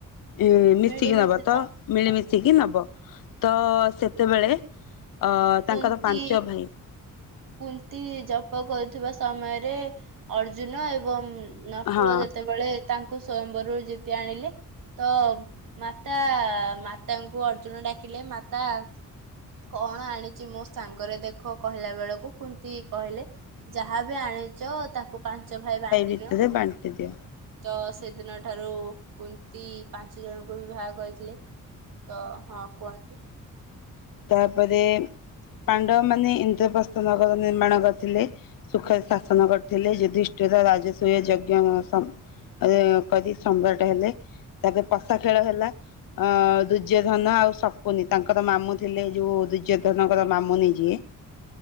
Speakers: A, on the left; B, on the right.
A: ଏ
B: ମିଳିମିଶି
A: ମିଶିକି ନବ ତ
B: ଥ
A: ମିଳିମିଶିକି ନବ ତ ସେତେବେଳେ ଅ
B: କୁନ୍ତି
A: ତାଙ୍କର ପାଞ୍ଚ ଭାଇ।
B: କୁନ୍ତି ଜପ କରୁଥିବା ସମୟରେ ଅର୍ଜୁନ ଏବଂ ନକୁଳ
A: ହଁ
B: ଯେତେବେଳେ ତାଙ୍କୁ ସ୍ଵୟମ୍ବରରୁ ଯେତି ଆଣିଲେ ତ ମାତା ମାତାଙ୍କୁ ଅର୍ଜୁନ ଡାକିଲେ ମାତା। କଣ ଆଣିଛି ମୋ ସାଙ୍ଗରେ ଦେଖ କହିଲା ବେଳକୁ କୁନ୍ତି କହିଲେ ଯାହାବ ଆଣିଛ ତାକୁ ପାଞ୍ଚ ଭାଇ ବାଣ୍ଟିନିଅ।
A: ଭିତରେ ବାଣ୍ଟି ଦିଅ
B: ତ ସେଦିନ ଠାରୁ କୁନ୍ତି ପାଞ୍ଚ ଜଣଙ୍କୁ ବିିବାହ କରିଥିଲେ। ତ ହଁ କୁହନ୍ତୁ।
A: ତାପରେ ପାଣ୍ଡବ ମାନେ ଇନ୍ଦ୍ରପ୍ରସ୍ଥ ନଗର ନିର୍ମାଣ କରିଥିଲେ। ସୁଖରେ ଶାସନ କରିଥିଲେ ଯଧିଷ୍ଠର ରାଜସ୍ଵୟ ଯଜ୍ଞ ଆରେ କଦି ସମ୍ରାଟ ହେଲେ ତାପରେ ପଷା ଖେଳ ହେଲା ଅ ଦୁର୍ଯ୍ୟଧନ ଧନ ଆଉ ଶକୁନି ତାଙ୍କର ମାମୁଁ। ଥିଲେ ଯୋଉ ଦୁର୍ଯ୍ୟୋଧନଙ୍କର ମାମୁନି ଯିଏ।